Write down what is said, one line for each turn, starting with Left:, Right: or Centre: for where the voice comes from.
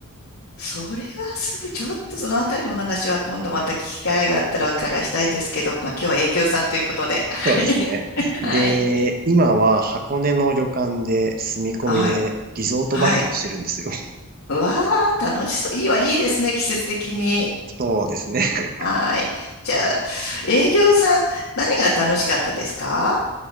Left: それはすぐ、ちょっとそのあたりの話は今度また聞き機会があったらお伺いしたいですけど、まあ、今日は営業さんということで。<laughs>
Right: そうですね。で、
Left: はい。
Right: 今は箱根の旅館で住み込みでリゾートバイトをしてるんですよ。
Left: <laughs> はい。はい。はい。うわー、楽しそう。いいわ、いいですね、季節的に。
Right: そうですね。<laughs>
Left: はい。じゃあ、営業さん、何が楽しかったですか